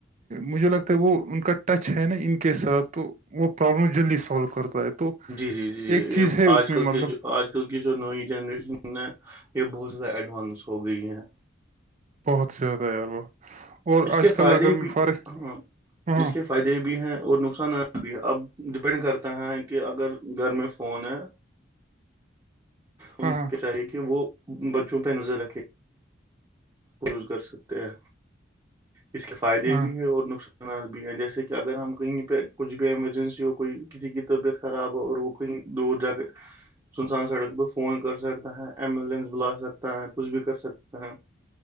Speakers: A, on the right; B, on the right.
A: مجھے لگتا ہے وہ ان کا ٹچ ہے نا ان کے ساتھ تو وہ پرابلم جلدی سولو کرتا ہے تو
B: جی جی
A: ایک چیز
B: یہ
A: ہے
B: آج
A: اس میں
B: کل کے
A: مطلب
B: جو آج کل کی جو نئی جنریشن ہے یہ بہت زیادہ ایڈوانس ہو گئی ہے
A: بہت زیادہ یار وہ اور
B: اس کے
A: آج کل
B: فائدے
A: اگر
B: بھی
A: فرق
B: ہاں
A: ہاں
B: اس کے فائدے بھی ہیں اور نقصانات بھی ہیں اب ڈپینڈ کرتا ہے کہ اگر گھر میں فون ہے ان
A: ہاں
B: کو چاہیے کہ وہ بچوں پہ نظر رکھے یوز کر سکتے ہیں اس کے فائدے
A: ہاں
B: بھی ہیں اور نقصان نات بھی ہیں جیسے کہ اگر ہم کہیں پہ کچھ بھی ایمرجینسی ہو کوئی کسی کی طبیعت خراب ہو اور وہ کہیں دور جا کے سنسان سڑک پہ فون کر سکتا ہے ایمبولینس بلا سکتا ہے کچھ بھی کر سک تا ہے